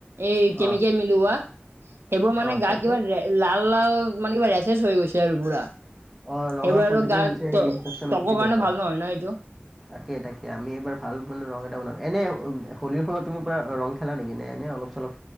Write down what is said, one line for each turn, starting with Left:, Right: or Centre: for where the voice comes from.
Right: এই
Centre: অ
Right: কেমিকেল মিলোৱা সেইবোৰ, মানে
Centre: অ
Right: গাত
Centre: তাৰপিছত
Right: কিবা লে, লাল লাল। মানে কিবা ৰেচেছ হৈ গৈছে, আৰু পুৰা।
Centre: অ', ৰঙা,
Right: সেইবোৰ
Centre: খজুৱতি
Right: আৰু গাত
Centre: হৈছে, ইনফেকচন
Right: ত্বকৰ
Centre: হৈছে সিহঁতৰ।
Right: কাৰণে ভাল নহয় ন এইটো
Centre: তাকে তাকে, আমি এইবাৰ ভাল, মানে, ৰং এটা বনাল। এনে- হোলীৰ সময়ত তুমি পুৰা ৰং খেলা নেকি, নে এনে অলপ-চলপ?